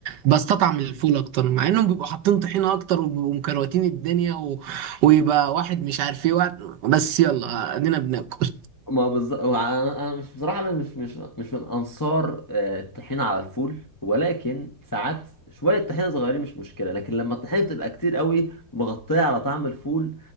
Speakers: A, on the right; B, on the left.
A: بستطعم الفول اكتر مع انهم بيبقوا حاطين طحينه اكتر وبيبقوا مكروتين الدنيا و... ويبقى واحد مش عارف ايه واحد بس يلا ادينا بناكل
B: ما بالظبط انا أنا مش بصراحه انا مش مش مش من انصار آه، الطحينه على الفول ولكن ساعات شويه طحينه صغيرين مش مشكله لكن لما الطحينه تبقى كتير قوي مغطيه على طعم الفول